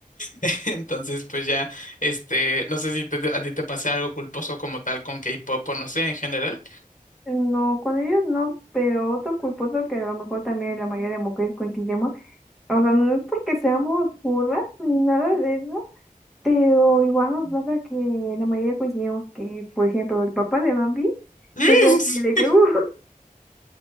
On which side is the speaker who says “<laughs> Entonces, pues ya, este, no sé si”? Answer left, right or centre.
Left